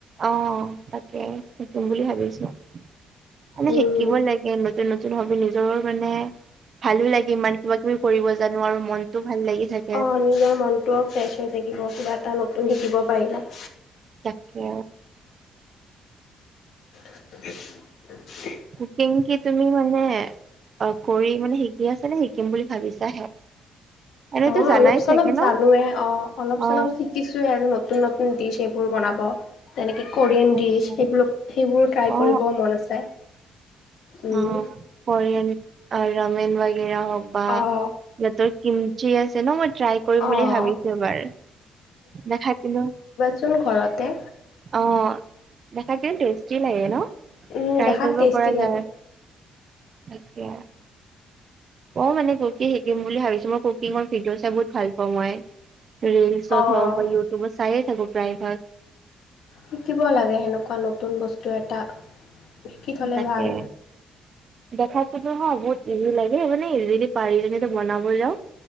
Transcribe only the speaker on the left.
উম,
অ', নিজৰ মনটোও ফ্ৰেচ হৈ থাকিব, কিবা এটা নতুন শিকিব পাৰিলে।
<unintelligible>
মই
অলপ চলপ
জানোয়ে অ', অলপ
চলপ শিকিছোঁ। আৰু নতুন-নতুন ডিচ এইবোৰ বনাব। তেনেকে কোৰিয়ান
দিছ সেইবোৰ সেইবোৰো ট্ৰাই
কৰিব মন আছে। উম,
অ',
অ',
চোন ঘৰতে
উম,
দেখাত
টেষ্টি
লাগে
অ'।
শিকিব লাগে সেনেকোৱা নতুন বস্তু এটা শিকি থ'লে
ভাল।